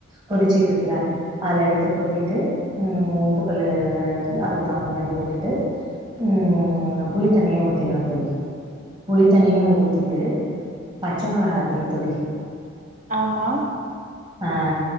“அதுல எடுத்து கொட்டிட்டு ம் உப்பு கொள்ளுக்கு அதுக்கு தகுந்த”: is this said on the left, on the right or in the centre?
Right